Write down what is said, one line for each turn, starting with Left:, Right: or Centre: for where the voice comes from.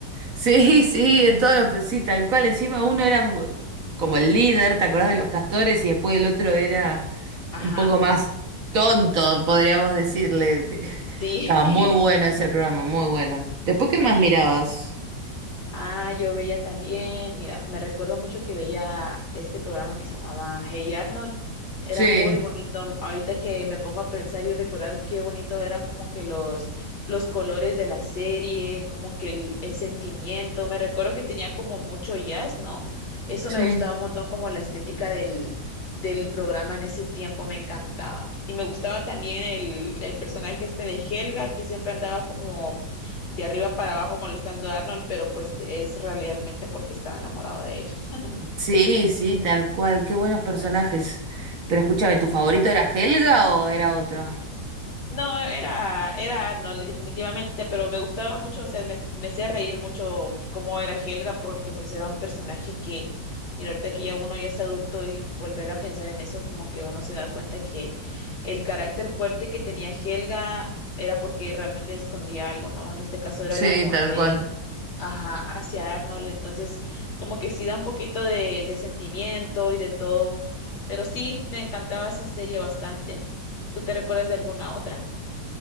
Right: Sí, sí, en todo, pues sí, tal cual. Encima uno era mu- como el líder, ¿te acordás de los castores? Y después el otro era
Left: Ajá,
Right: un poco más tonto, podríamos decirle. <laughs>
Left: sí.
Right: Estaba muy bueno
Left: <laughs>
Right: ese programa, muy bueno. Después, ¿qué
Left: Sí,
Right: más mirabas?
Left: Ah, yo veía también, mira, me recuerdo mucho que veía este programa que se llamaba Hey Arnold. Era
Right: Sí,
Left: muy bonito. Ahorita que me pongo a pensar y recordar qué bonito eran como que los, los colores de la serie, como que el, el sentimiento. Me recuerdo que tenía como mucho jazz, ¿no? Eso
Right: sí.
Left: me gustaba un montón, como la estética del, del programa en ese tiempo me encantaba. Y me gustaba también el, el personaje este de Helga, que siempre andaba como de arriba para abajo molestando a Arnold, pero pues te- es realmente porque estaba enamorado de él. <laughs>
Right: Sí, sí, tal cual. Qué buenos personajes. Pero escúchame, ¿tu favorito era Helga o era otro?
Left: No, era, era Arnold definitivamente, pero me gustaba mucho, o sea, me, me hacía reír mucho cómo era Helga, porque pues era un personaje que, mira, ahorita que ya uno ya es adulto y volver a pensar en eso, como que uno se da cuenta que el carácter fuerte que tenía Helga era porque realmente escondía algo, ¿no? En este caso era
Right: Sí,
Left: el amor
Right: tal
Left: de
Right: cual.
Left: ajá, hacia Arnold. Entonces, como que sí da un poquito de, de sentimiento y de todo. Pero sí, me encantaba esa serie bastante. ¿Tú te recuerdas de alguna otra?